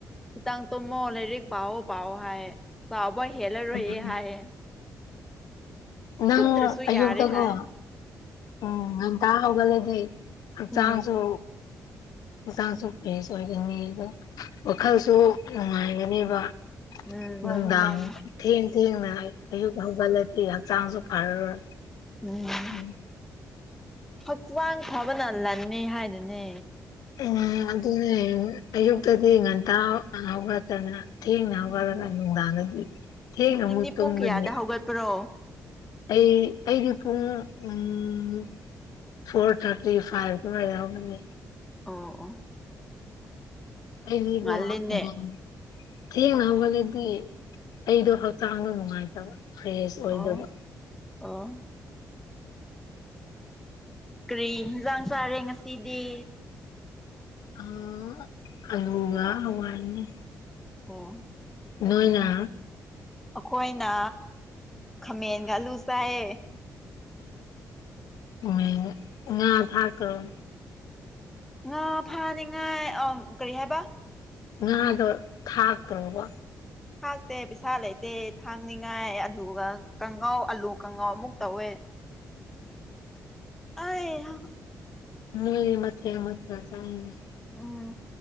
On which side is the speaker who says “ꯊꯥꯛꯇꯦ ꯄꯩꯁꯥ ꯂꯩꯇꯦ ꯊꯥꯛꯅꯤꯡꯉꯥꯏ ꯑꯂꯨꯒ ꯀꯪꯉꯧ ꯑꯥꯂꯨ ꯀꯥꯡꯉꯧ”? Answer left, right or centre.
Centre